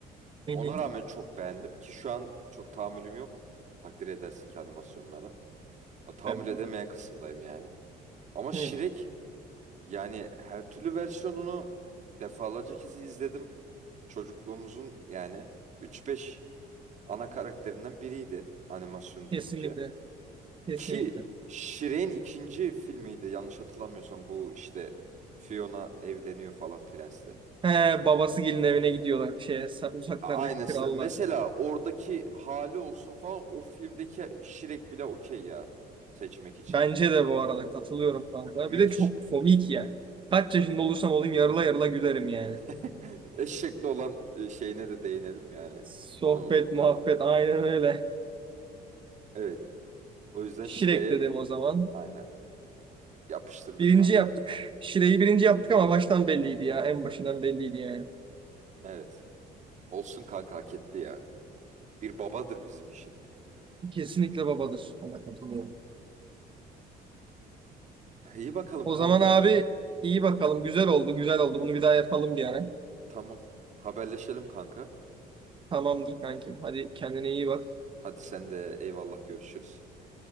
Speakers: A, on the right; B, on the right.
A: Hı
B: Ona
A: hı.
B: rağmen çok beğendim ki şu an çok tahammülüm yok. Takdir edersin ki animasyonlara. Ya, Tahammül
A: Evet.
B: edemeyen kısımdayım yani. Ama Şirek
A: Hı.
B: yani her türlü versiyonunu defalarca kez izledim. Çocukluğumuzun yani 3-5 ana karakterinden biriydi animasyon deyince.
A: Kesinlikle. Kesinlikle.
B: Ki Shrek'in ikinci filmiydi yanlış hatırlamıyorsam bu işte Fiona evleniyor falan prensle.
A: He, babası gelin evine gidiyorlar. Şey, uzaklardaki
B: Aynısı.
A: kralla.
B: Mesela oradaki hali olsun falan o filmdeki şirek bile okey ya seçmek için.
A: Bence de bu arada katılıyorum kanka.
B: Ya müthiş
A: Bir de çok
B: bir film.
A: komik yani. Kaç yaşında olursam olayım yarıla yarıla gülerim yani.
B: <laughs> Eşekli olan e, şeyine de değinelim yani.
A: Sohbet,
B: Onu unutmayalım.
A: muhabbet aynen öyle.
B: Evet. O yüzden
A: Şirek
B: Shrek'e
A: dedim o zaman.
B: aynen yapıştırdık
A: Birinci
B: kanka.
A: yaptık. Şireyi birinci yaptık ama baştan belliydi ya. En başından belliydi yani.
B: Evet. Olsun kanka hak etti ya. Bir babadır bizim için.
A: Kesinlikle babadır. Ona katılıyorum.
B: İyi bakalım
A: O
B: kanka.
A: zaman abi iyi bakalım. Güzel oldu, güzel oldu. Bunu bir daha yapalım bir ara.
B: Tamam. Haberleşelim kanka.
A: Tamamdır kankim. Hadi kendine iyi bak.
B: Hadi sen de eyvallah görüşürüz.